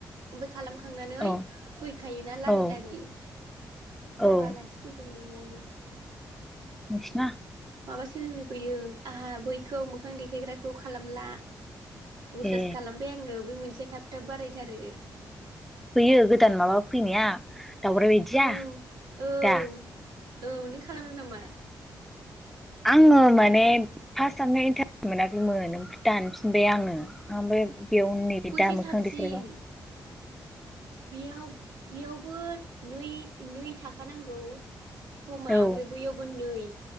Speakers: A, on the right (about 85°); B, in the centre.
A: ओमफाय खालाम खांनानै
B: औ
A: फैखायोना लारि
B: औ
A: लारि सोरबा
B: औ
A: आलासि फैदोंनो हनै बै
B: नोंसिना
A: माबा सोलोंनो फैयो आंहा बैखौ मोखां देखायग्राखौ खालामला पसास
B: ए
A: खालामबाय आङो बै मोनसेया थाब थाब बारायथारो
B: बैयो गोदान माबा फैनाया दावराय बायदिया
A: औ औ औ
B: दा
A: नों खालामनो नामा
B: आङो माने फार्स्टावनो इन्टा मोनाखैमोन ओमफ्राय दानफिनबाय आङो ओमफ्राय बेयाव नैबे
A: बैसो
B: दा मोखां
A: साबसिन
B: देखाग्राव
A: बेयाव बेयावबो नै नै थाखा नांगौ समा
B: औ
A: ओमफ्राय बैयावबो नै